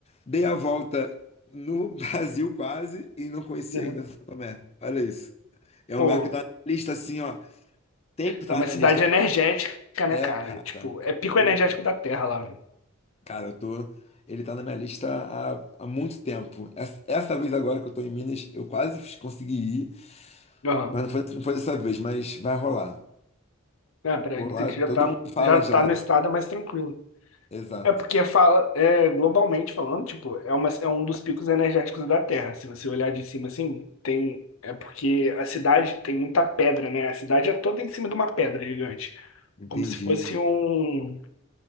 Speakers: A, on the left (about 30°); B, on the left (about 85°).
A: Dei a volta no <laughs> Brasil quase e não conheci
B: aham.
A: ainda São Tomé. Olha isso. É um
B: Pô,
A: lugar que tá na lista assim, ó. Tem que tá
B: é uma
A: na minha
B: cidade
A: lista.
B: energética, né,
A: É,
B: cara?
A: cara.
B: Tipo, é pico
A: Puta.
B: energético da Terra lá, velho.
A: Cara, eu tô. Ele tá na minha lista há, há muito tempo. Essa, essa vez agora que eu tô em Minas, eu quase consegui ir,
B: Aham.
A: mas não foi, não foi dessa vez, mas vai rolar.
B: É, pra
A: Por lá,
B: você que já
A: todo
B: tá,
A: mundo fala
B: já
A: de
B: tá
A: lá.
B: no estado mais tranquilo.
A: Exato.
B: É porque fala, é, globalmente falando, tipo, é, uma, é um dos picos energéticos da Terra. Se você olhar de cima assim, tem. É porque a cidade tem muita pedra, né? A cidade é toda em cima de uma pedra gigante.
A: Entendi.
B: Como se fosse um,